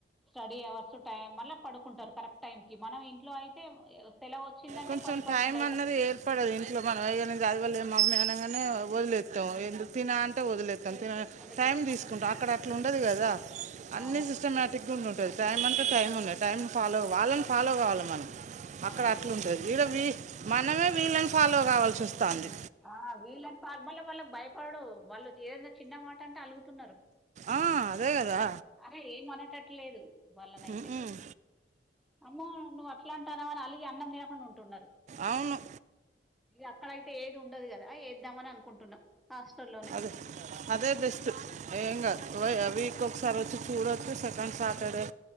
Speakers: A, in the centre; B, on the right.
A: స్టడీ అవర్స్ టైం మళ్ళా పడుకుంటారు కరెక్ట్ టైం కి మనం ఇంట్లో అయితే సెలవు వచ్చిందంటే
B: కొంచెం
A: పది పదకొండు
B: టైం
A: అయితాది
B: అన్నది ఏర్పడదు ఇంట్లో మనం ఏ అదిపల్లేదు మా అమ్మ అనగానే వదిలేత్తాం ఎందు తిన అంటే వదిలేత్తం తిన
A: వదిలేస్తా
B: టైమ్ తీసుకుంటాం
A: అవును
B: అక్కడ అట్లా ఉండదు కదా అన్ని
A: అవును
B: సిస్టమాటిక్ ఇకున్న ఉంటాది టైం అంటే టైం ఉన్నాయి టైం ఫాలో వాళ్ళని ఫాలో కావాల్ల మనం అక్కడ
A: అవును
B: అట్లుంటది ఇడ వీ మనమే వీళ్ళని ఫాలో కావాల్సి వస్తాంది
A: ఆ వీళ్ళని ఫా మళ్ళ వాళ్ళకి భయపడడు వాళ్ళు ఏదన్నా చిన్న మాట అంటే అలుగుతున్నారు
B: ఆ అదే కదా
A: అరే ఏమ్ అనేటాట్లు లేదు వాళ్ళనైతే
B: ఉమ్మ్.
A: అమ్మో నువ్వ్ అట్లా అంటాన్నావ అని అలిగి అన్నం తినకుండా ఉంటున్నారు
B: అవును
A: అ అక్కడయితే ఏది ఉండదు కదా యేద్దామని అనుకుంటున్నాం హాస్టల్లో
B: <unintelligible> అదే బెస్ట్ ఏం కాదు వీక్ ఒకసారి వచ్చి చూడొచ్చు సెకండ్ సాటర్డే